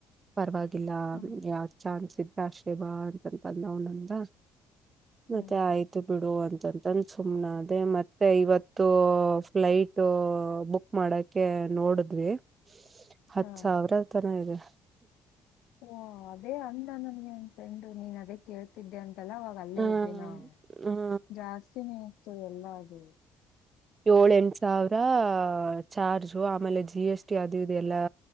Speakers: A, on the right; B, on the left.
A: ಪರವಾಗಿಲ್ಲ
B: ಹ್ಮ್
A: ಯಾವ ಚಾನ್ಸ್ ಇದ್ರೆ ಆಶೇವ ಅಂತಂತಂದ ನವ ನಂದ
B: ಹ್ಮ್
A: ಮತ್ತೆ ಆಯ್ತು ಬಿಡು ಅಂತಂತಂದ ಸುಮ್ನೆ ಅದೇ ಮತ್ತೆ ಇವತ್ತು ಫ್ಲೈಟ್ ಬುಕ್ ಮಾಡಕ ನೋಡಿದ್ವಿ ಹತ್
B: ಹಾ
A: ಸಾವಿರ ತನ ಇದೆ
B: ಓ ಅದೇ ಅಂದ ನನ್ಗೆ ಏನ್ ಫ್ರೆಂಡು ನೀನ್ ಅದೇ ಕೇಳ್ತಿದ್ದೆ ಅಂತೆಲ್ಲ ಒಲ್ಲೇ
A: ಹ್ಮ
B: ಇದ್ವಿ ನಾವು ಜಾಸ್ತಿನೇ ಇತ್ತು ಎಲ್ಲ ಅದು
A: ಏಳ ಎಂಟ ಸಾವಿರ ಚಾರ್ಜು ಆಮೇಲೆ ಜಿ ಎಸ್ ಟಿ ಅದು ಇದೆ ಎಲ್ಲಾ